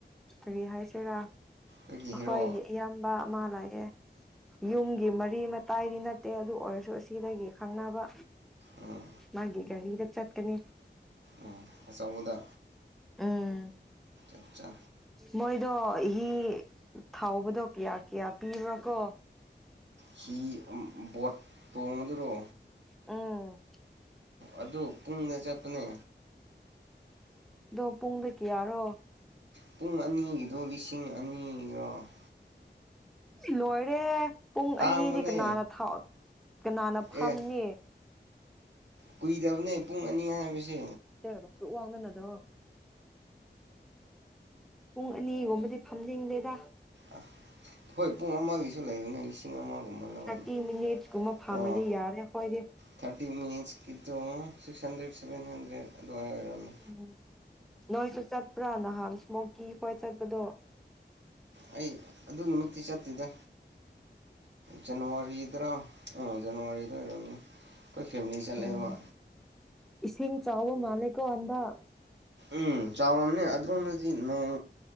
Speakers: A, in the centre; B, on the right.
A: ꯀꯔꯤ ꯍꯥꯏꯁꯤꯔꯥ
B: ꯑꯩꯈꯣꯏꯒꯤ
A: ꯑꯈꯣꯏꯒꯤ
B: ꯍꯦꯔꯣ
A: ꯏꯌꯥꯝꯕ ꯑꯃ ꯂꯩꯌꯦ ꯌꯨꯝꯒꯤ ꯃꯔꯤ ꯃꯇꯥꯏꯗꯤ ꯅꯠ ꯇꯦ ꯑꯗꯨ ꯑꯣꯏꯔꯁꯨ ꯑꯁꯤꯗꯒꯤ ꯈꯪꯅꯕ
B: ꯎꯝ
A: ꯃꯥꯒꯤ ꯒꯥꯔꯤꯗ ꯆꯠꯀꯅꯤ
B: ꯎꯝ ꯑꯆꯧꯕꯗ
A: ꯎꯝ
B: ꯑꯠꯆꯥ
A: ꯃꯣꯏꯗꯣ ꯍꯤ ꯊꯥꯎꯕꯗꯣ ꯀꯌꯥ ꯀꯌꯥ ꯄꯤꯕ꯭ꯔꯥ ꯀꯣ
B: ꯍꯤ ꯕꯣꯠ ꯇꯣꯡꯉꯗꯨꯔꯣ
A: ꯎꯝ
B: ꯑꯗꯨ ꯄꯨꯡꯗ ꯆꯠꯄꯅꯦ
A: ꯗꯣ ꯄꯨꯡꯗ ꯀꯌꯥꯔꯣ
B: ꯄꯨꯡ ꯑꯅꯤꯒꯤꯗꯨ ꯂꯤꯁꯤꯡ ꯑꯅꯤꯔꯣ <unintelligible>
A: ꯂꯣꯏꯔꯦ ꯍꯦ ꯄꯨꯡ
B: ꯇꯥꯡꯕꯅꯦ
A: ꯑꯅꯤꯗꯤ ꯀꯅꯥꯅ ꯊꯥꯎꯑꯣ <unintelligible> ꯀꯅꯥꯅ
B: ꯑꯦ
A: ꯐꯥꯝꯅꯤ
B: ꯀꯨꯏꯗꯕꯅꯦ ꯄꯨꯡ ꯑꯅꯤ ꯍꯥꯏꯕꯁꯦ
A: <unintelligible> ꯄꯨꯡ ꯑꯅꯤꯒꯨꯝꯕꯗꯤ ꯐꯝꯅꯤꯡꯗꯦꯗꯥ
B: ꯑꯥ ꯍꯣꯏ ꯄꯨꯡ ꯑꯃꯒꯤꯁꯨ ꯂꯩꯕꯅꯦ <unintelligible> ꯂꯧꯔꯅꯤ
A: ꯊꯥꯔꯇꯤ ꯃꯤꯅꯤꯠꯁ ꯀꯨꯝꯕ ꯐꯝꯔꯗꯤ
B: ꯑꯣ
A: ꯌꯥꯔꯦ ꯈꯣꯏꯗꯤ
B: ꯊꯥꯔꯇꯤ ꯃꯤꯅꯤꯠꯁ ꯀꯤꯗꯣ ꯁꯤꯛꯁ ꯍꯟꯗ꯭ꯔꯦꯠ ꯁꯦꯕꯦꯟ ꯍꯟꯗ꯭ꯔꯦꯠ ꯑꯗꯨꯋꯥꯏ ꯑꯣꯏꯔꯝꯅꯤ
A: ꯎꯝ ꯅꯣꯏꯁꯨ ꯆꯠꯄ꯭ꯔꯥ ꯅꯍꯥꯟ ꯁꯃꯣꯀꯌ ꯈꯣꯏ ꯆꯠꯄꯗꯣ
B: ꯑꯩ ꯑꯗꯨ ꯅꯨꯃꯤꯠꯇꯤ ꯆꯠꯇꯦꯗ ꯖꯅꯋꯥꯔꯤꯗꯔ ꯎ ꯖꯅꯋꯥꯔꯤꯗ ꯑꯣꯏꯔꯝꯅꯤ ꯑꯩꯈꯣꯏ ꯐꯦꯃꯤꯂꯤ ꯆꯠꯂꯦꯕ
A: ꯑꯣ ꯏꯁꯤꯡ ꯆꯥꯎꯕ ꯃꯥꯂꯦꯀꯣ ꯍꯟꯗꯛ
B: ꯎꯝ ꯆꯥꯎꯔꯝꯅꯤ ꯑꯗꯨꯔꯣꯝꯗꯥꯗꯤ ꯅꯣꯡ